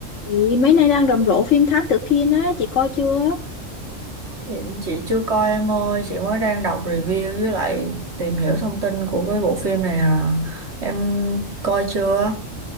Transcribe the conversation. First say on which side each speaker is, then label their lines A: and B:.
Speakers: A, on the left (about 70°); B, on the right (about 55°).
A: Chị mấy nay đang rầm rộ phim Thám Tử Kiên á, chị coi chưa?
B: Dạ, Chị chưa coi em ơi, chị mới đang đọc review với lại tìm hiểu thông tin của cái bộ phim này à. Em coi chưa?